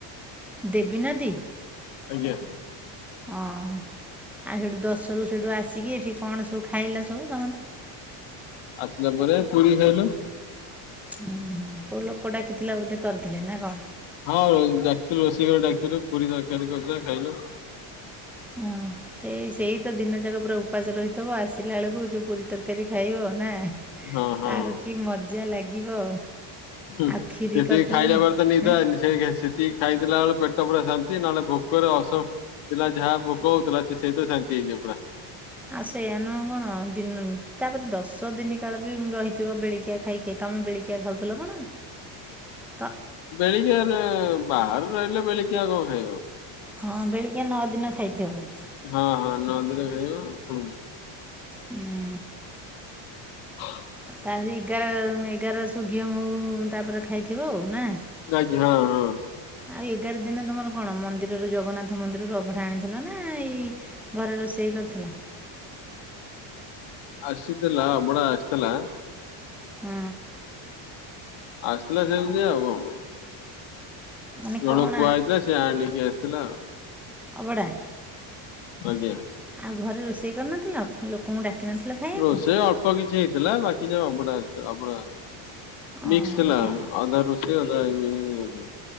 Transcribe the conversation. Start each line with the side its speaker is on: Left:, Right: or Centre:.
Centre: ଦେବୀ ନଦୀ?
Left: ଆଜ୍ଞା।
Centre: ଅ ହ ଆଉ ସେଇଠୁ ଦଶରୁ ସେଇଠୁ ଆସିକି ଏଠି କଣ ସବୁ ଖାଇଲ ସବୁ ସମନ୍ତେ?
Left: ଆସିଲା ପରେ ପୁରୀ ଖାଇଲୁ।
Centre: ଉଁ ହୁଁ କୋଉ ଲୋକ ଡାକିଥିଲା ବୋଧେ କରିଥିଲେ ନା କଣ?
Left: ହଁ ଡାକଥିଲୁ ରୋଷେଇ କରିଆକୁ ଡାକଥିଲୁ ପୁରୀ ତରକାରୀ କରିଥିଲା ଖାଇଲୁ।
Centre: ହଁ ସେଇ ସେଇ ତ ଦିନ ଯାକ ପୁରା ଉପାସ ରହିଥିବ ଆସିଲା ବେଳୁକୁ ଯୋଉ ପୁରୀ ତରକାରୀ ଖାଇବ ନା।
Left: ହଁ ହଁ
Centre: ତାର କି ମଜା ଲାଗିବ?
Left: ହୁଁ
Centre: ଆଉ କ୍ଷୀରି
Left: ସେତିକି
Centre: କରିଥିଲେ
Left: ଖାଇଲା ପରେ ତ ନିଦ
Centre: ହେଁ
Left: ଆଇନି। ସେଇଗିଆ ସେତିକି ଖାଇଦେଲା ବଳୁକୁ ପେଟ ପୁରା ଶାନ୍ତି ନହେଲେ ଭୋକରେ ଅସ ପିଲା ଯାହା ଭୋକହେଉଥିଲା ସେ ସେଇଥିରେ ଶାନ୍ତି ହେଇଯିବ ପୁରା।
Centre: ଆଉ ସେଇୟା ନୁହଁ ଆଉ କଣ ଦିନ ତାପରେ ଦଶ ଦିନି କାଳ ବି ରହିଥିବ ବେଳିକିଆ ଖାଇକି। ବେଳିକିଆ ଖାଉଥିଲ କଣ? ତ
Left: ବେଳିକିଆ ରେ ବାହାରୁ ରହିଲେ ବେଳିକିଆ କଣ ଖାଇବ?
Centre: ହଁ ବେଳିକିଆ ନଅ ଦିନ ଖାଇଥିବ ବୋଧେ।
Left: ହଁ ହଁ ନଅ ଦିନ ଖାଇବ ପୁଣ୍
Centre: ହୁଁ।
Left: ହଁ
Centre: ତାହଲେ ଏଗାର୍ ମୁଁ ଏଗାରସୁ ଘିଅ ମହୁ ତାପରେ ଖାଇଥିବ ଆଉ ନା?
Left: ଲାଇକି ହଁ ହଁ।
Centre: ଆଉ ଏଗାର ଦିନ ତମର କଣ ମନ୍ଦିରରୁ ଜଗନ୍ନାଥ ମନ୍ଦିରରୁ ଅଭଡା ଆଣିଥିଲ ନା ଏଇ ଘରେ ରୋଷେଇ କରିଥିଲ?
Left: ଆସିଥିଲା ଅବଢ଼ା ଆସିଥିଲା।
Centre: ହୁଁ।
Left: ଆସିଥିଲା ସେମତି ଆଉ କଣ?
Centre: ମାନେ କଣ
Left: ଜଣ କୁହାଯଇଥିଲା ସେ ଆଣିକି ଆସିଥିଲା।
Centre: ଅଭଡା।
Left: ଆଜ୍ଞା।
Centre: ଆଉ ଘରେ ରୋଷେଇ କରିନଥିଲ ଲୋକଙ୍କୁ ଡାକିିନଥିଲ ଖାଇବାକୁ।
Left: ରୋଷେଇ ଅଳ୍ପ କିଛି ହେଇଥିଲା ବାକି ଯା ଅଭଡା ଆସିଥିଲା ଅଭଡ଼ା
Centre: ଓହୋ
Left: ମିକ୍ସ ଥିଲା।
Centre: କେ
Left: ଅଧା ରୁଷେଇ ଅଧା ଏ।